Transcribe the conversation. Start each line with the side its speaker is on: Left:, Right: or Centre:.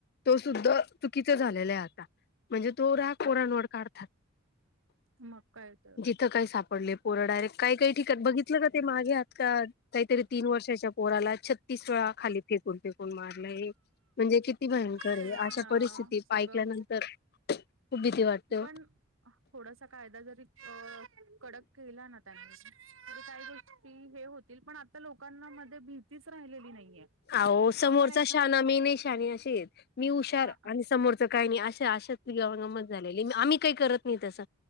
Left: तो सुद्धा चुकीचं झालेला आहे आता. म्हणजे तो राग पोरांवर काढतात.
Right: मग काय तर
Left: ईथ काही सापडले. पोरं डायरेक्ट काय काय काही ठिकण बघितलं का? ते मागे आता काहीतरी तीन वर्षाच्या पोराला छत्तीस वेळा? खाली फेकून फेकून मारलंय. म्हणजे किती भयं? कर
Right: तेच
Left: आहे. अशा
Right: ना
Left: परिस्थिती
Right: सगळं
Left: ऐकल्यानंतर खूप भीती वाटते
Right: पण थोडासा कायदा जरी अ कडक केला ना त्यांनी काही गोष्टी हे होतील. पण आता लोकांना भीतीच राहिलेली नाहीये.
Left: अओ समोरचा
Right: आपण एखाद
Left: शहाना मी नाही शानी. अशी मी हुशार
Right: हा
Left: आणि समोरच काही नाही. अशी अशत गंमत झालेली आहे. आम्ही काही करत नाही तस